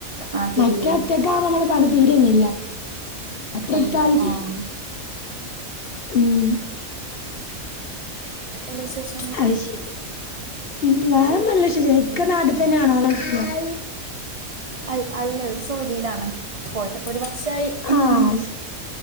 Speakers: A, on the right; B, on the left.
A: ആഹ് കയ്യേ
B: മറ്റെ ഒറ്റക്ക് ആവുമ്പ മ്മളെ പണി തീരന്നെല്ല എത്ര
A: കയ്യൂല
B: എട്ത്താലും
A: ആഹ്
B: തീരുലാ ഉം
A: ക്കെണ്ട് വിശേഷം?
B: അയ് ശെരി ഉം വേറെ നല്ലവിശേഷം ഇക്ക
A: ഉം
B: നാട്ടിൽ തന്നെയാണോന്ന് ചോയിക്കാ
A: അൽ അല്ല അവര് സൗദിലാണ് പോയിട്ടപ്പോ ഒര് വർഷായി ഉം
B: ആഹ് ശെരി